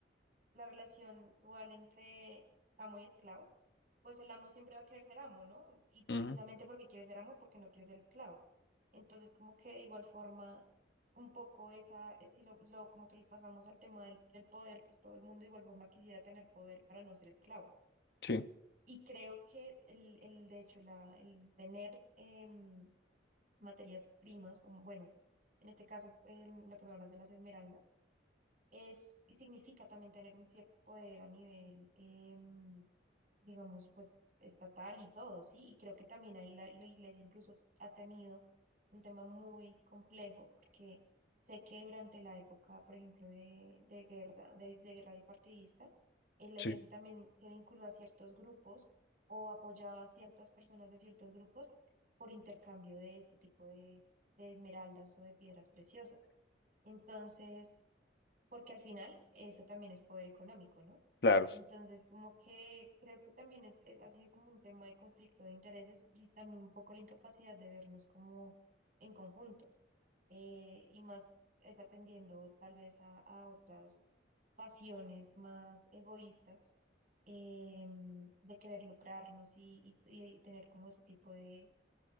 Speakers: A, on the right; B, on the left.
A: la relación dual entre amo y esclavo, pues el amo siempre va a querer ser amo, ¿no? Y
B: ujú,
A: precisamente porque quiere ser amo, porque no quiere ser esclavo. Entonces, como que de igual forma, un poco esa, eh, si lo, lo- como que lo pasamos al tema del, del poder, pues todo el mundo de igual forma quisiera tener poder para no ser esclavo.
B: sí,
A: Y creo que el, el de hecho, la, el tener em, materias primas, o bueno, en este caso, em, lo que me hablas de las esmeraldas, es, y significa también tener un cierto poder a nivel, em, digamos, pues estatal y todo, ¿sí? Y creo que también ahí la, y la iglesia incluso ha tenido un tema muy complejo, porque sé que durante la época, por ejemplo, de, de guerra, de, de guerra bipartidista, eh, la
B: sí,
A: iglesia también se vinculó a ciertos grupos o apoyaba a ciertas personas de ciertos grupos por intercambio de este tipo de, de esmeraldas o de piedras preciosas. Entonces, porque al final eso también es poder económico, ¿no?
B: claro.
A: Entonces, como que creo que también es, es- ha sido como un tema de conflicto de intereses y también un poco la incapacidad de vernos como en conjunto eh, y más es atendiendo tal vez a, a otras pasiones más egoístas em, de querer lucrarnos y, y- y tener como ese tipo de,